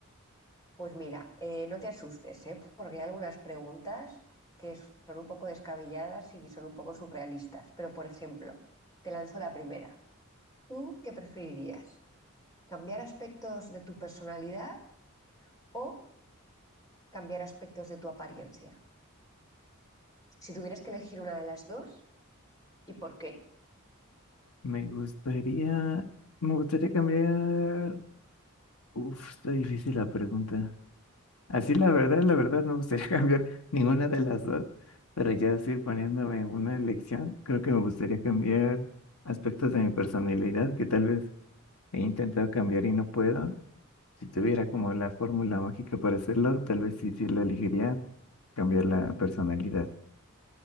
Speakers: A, on the left; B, on the left.
A: Pues mira, eh, no te asustes, ¿eh? Porque hay algunas preguntas que son un poco descabelladas y son un poco surrealistas. Pero, por ejemplo, te lanzo la primera. ¿Tú qué preferirías? cambiar aspectos de tu personalidad o cambiar aspectos de tu apariencia. Si tuvieras que elegir una de las dos, ¿y por qué?
B: Me gustaría, me gustaría cambiar. Uf, está difícil la pregunta. Así la verdad, la verdad, no me gustaría <laughs> cambiar ninguna de las dos, pero ya estoy poniéndome en una elección. Creo que me gustaría cambiar aspectos de mi personalidad que tal vez he intentado cambiar y no puedo. Si tuviera como la fórmula mágica para hacerlo, tal vez sí, sí la elegiría, cambiar la personalidad.